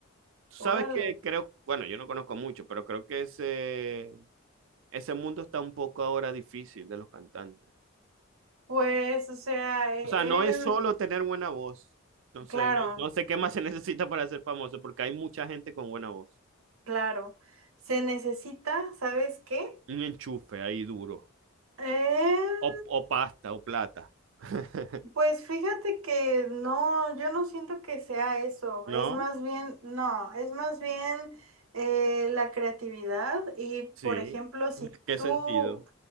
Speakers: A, on the right; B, on the right.
A: Tú sabes
B: Órale.
A: que creo, bueno, yo no conozco mucho, pero creo que ese, ese mundo está un poco ahora difícil de los cantantes.
B: Pues, o sea, eh,
A: O sea, no es
B: em,
A: solo tener buena voz. Entonces,
B: claro,
A: no, no sé qué más se <laughs> necesita para ser famoso, porque hay mucha gente con buena voz.
B: claro. Se necesita, ¿sabes qué?
A: Un enchufe ahí duro.
B: Em,
A: O, o pasta, o plata. <laughs>
B: Pues fíjate que no, yo no siento que sea eso,
A: ¿No?
B: es más bien, no, es más bien eh, la creatividad y
A: Sí.
B: por ejemplo, si
A: ¿Qué
B: tú,
A: sentido?